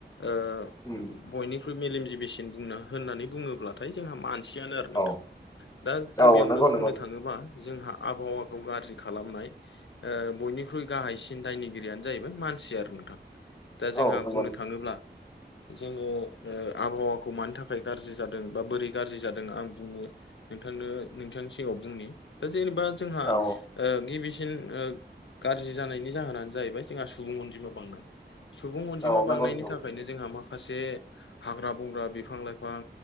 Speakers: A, on the left (about 85°); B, on the left (about 20°).
A: ओ
B: उम
A: बयनिख्रुइ मेलेमजिबिसिन बुंना होननानै बुङोब्लाथाय जोंहा मानसियानो आरो नोंथां।
B: औ
A: दा गिबियावनो
B: औ नंगौ
A: बुंनो
B: नंगौ
A: थाङोबा जोंहा आबहावाखौ गाज्रि खालामनाय ओ बयनिख्रुइ गाहायसिन दायनिगिरियानो जाहैबाय मानसि आरो नोंथां। दा जोंहा
B: औ नंगौ
A: बुंनो थाङोब्ला जोङो ओ आबहावाखौ मानि थाखाय गाज्रि जादों बा बोरै गाज्रि जादों आं बुंनो नोंथांनो नोंथांनि सिगाङाव बुंनि दा जेनेबा जोंहा
B: औ
A: गिबिसिन गाज्रि जानायनि जाहोनानो जाहैबाय जोंहा सुबुं अनजिमा बांनाय सुबुं अनजिमा
B: औ नंगौ
A: बांनायनि
B: नंगौ
A: थाखायनो
B: औ
A: जोंहा माखासे हाग्रा बंग्रा बिफां लाइफां